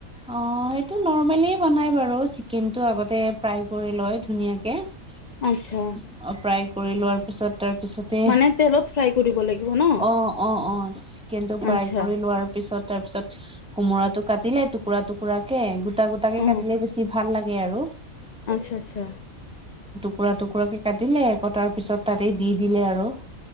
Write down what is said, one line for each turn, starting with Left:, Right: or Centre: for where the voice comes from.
Centre: অ সেইটো নৰ্মেলি বনাই বাৰু চিকেনটো আগতে ফ্ৰাই কৰি লয় ধুনীয়াকে অ
Left: আচ্ছা
Centre: প্ৰায় কৰি লোৱাৰ পিছত তাৰ তাৰপিছতে
Left: মানে তেলত ফ্ৰাই কৰিব লাগিব ন
Centre: অ অ অ চিকেন টো ফ্ৰাই
Left: আচ্ছা
Centre: কৰি লোৱাৰ পিছত তাৰ পিছত কোমোৰাটো কাটিল টুকুৰা টুকুৰাকে গোটা গোটাকে
Left: অ
Centre: কাটিলে বেছি ভাল লাগে আৰু
Left: আচ্ছা আচ্ছা
Centre: কুকুৰা টুকুৰাকে কাটিলে আকৌ তাৰ পিছত তাতে দি দিলে আৰু